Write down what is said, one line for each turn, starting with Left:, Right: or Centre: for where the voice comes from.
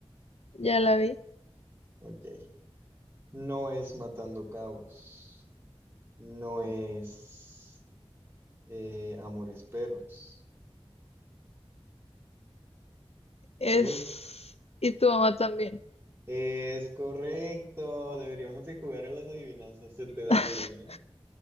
Left: ya la vi.
Right: Ok. No es Matando Cabos. No es. Eh, Amores Perros.
Left: Es...
Right: Es,
Left: Y tu mamá también.
Right: es correcto. Deberíamos de jugar a las adivinanzas. Se te da
Left: <laughs>
Right: bien, ¿eh?